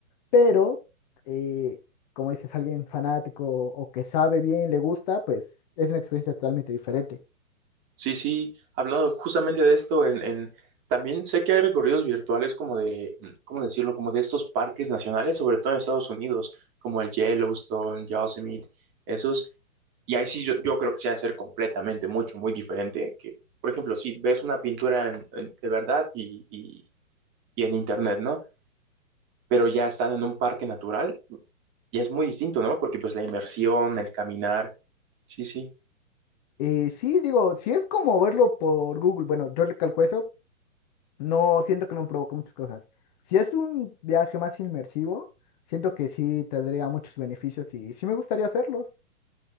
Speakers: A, on the left; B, on the right.
A: pero eh, como dices, alguien fanático o que sabe bien, le gusta, pues es una experiencia totalmente diferente.
B: Sí, sí, hablando justamente de esto, en, en- también sé que hay recorridos virtuales como de, mm, ¿cómo decirlo? Como de estos parques nacionales, sobre todo en Estados Unidos, como el Yellowstone, Yosemite, esos. Y ahí sí yo, yo creo que se va a hacer completamente mucho, muy diferente. Que, por ejemplo, si ves una pintura en- en- de verdad y, y, y en internet, ¿no? Pero ya están en un parque natural y es muy distinto, ¿no? Porque pues la inmersión, el caminar, sí, sí.
A: Eh, sí, digo, si es como verlo por Google, bueno, yo recalco eso, No, siento que me provocó muchas cosas. Si es un viaje más inmersivo, siento que sí tendría muchos beneficios y sí me gustaría hacerlos.